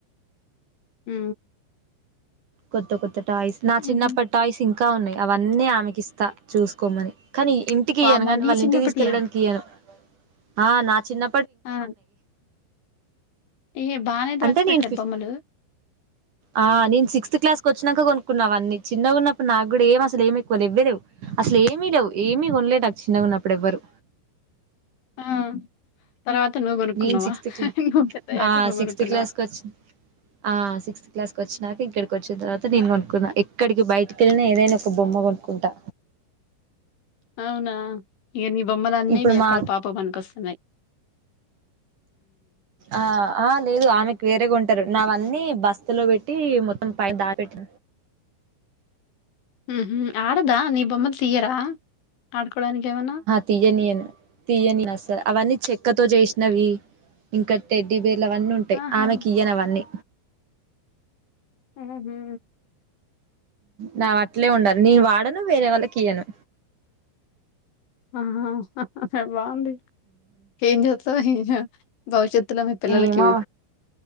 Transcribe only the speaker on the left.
ఉ
హుహు.
వామ్మో!
నీ
చిన్నప్పటియా?
ఆ ఏ బాగానేది
వచ్చిపెట్టారు
బొమ్మలు
ఆ తర్వాత నువ్వు కొనుక్కున్నావా
ఇ పెత్త అయ్యాక
నువ్వు
కొనుక్కున్నావా
అవునా ఇక నీ బొమ్మలన్నీ
నీ అక్క
వాళ్ళ పాప పనికొస్తున్నాయి
ఉహు ఆడదా నీ బమ్మలు తీయరా ఆడకోడనినికివనా
ఆహా!
ఆహు
ఆహ్ బాగుంది ఏం చేస్త భవిష్యత్తుల పిల్లలుకివ